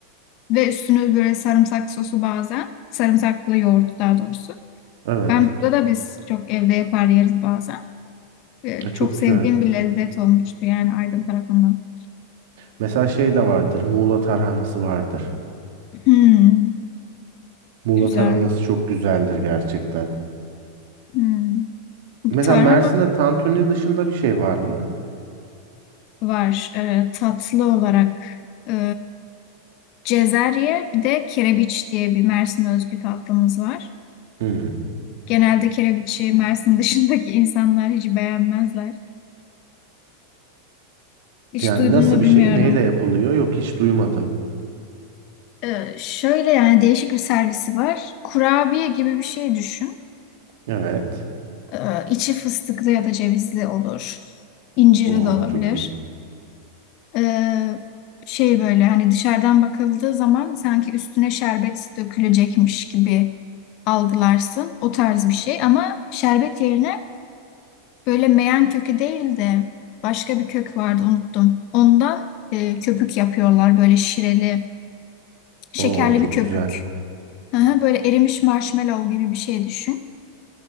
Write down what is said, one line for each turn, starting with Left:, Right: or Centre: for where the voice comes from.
Left: Ve üstüne böyle sarımsak sosu bazen. Sarımsaklı yoğurt daha doğrusu.
Right: Evet.
Left: Ben burada da biz çok evde yapar yeriz bazen. Ee,
Right: E, çok
Left: çok sevdiğim
Right: güzel.
Left: bir lezzet olmuştu yani Aydın tarafından.
Right: Mesela şey de vardır. Muğla tarhanası vardır.
Left: Hmm,
Right: Muğla
Left: güzel.
Right: tarhanası çok güzeldir gerçekten.
Left: Hmm.
Right: Mesela
Left: Tarhana
Right: Mersin'de tantuni dışında bir şey var mı?
Left: var e, tatlı olarak. E, Cezerye bir de kerebiç diye bir Mersin özgü tatlımız var.
Right: Hmm.
Left: Genelde kerebiçi Mersin dışındaki <laughs> insanlar hiç beğenmezler. Hiç
Right: Yani
Left: duydun
Right: nasıl
Left: mu
Right: bir
Left: bilmiyorum.
Right: şey? Neyle yapılıyor? Yok hiç duymadım.
Left: Ee, şöyle yani değişik bir servisi var. Kurabiye gibi bir şey düşün.
Right: Evet.
Left: Ee, içi fıstıklı ya da cevizli olur. İncirli
Right: Oo
Left: de olabilir.
Right: çok iyi.
Left: Ee, şey böyle hani dışarıdan bakıldığı zaman sanki üstüne şerbet dökülecekmiş gibi algılarsın. O tarz bir şey ama şerbet yerine böyle meyan kökü değil de başka bir kök vardı unuttum. Ondan e, köpük yapıyorlar böyle şireli, şekerli
Right: Oo çok
Left: bir köpük.
Right: güzel.
Left: Aha, böyle erimiş marshmallow gibi bir şey düşün.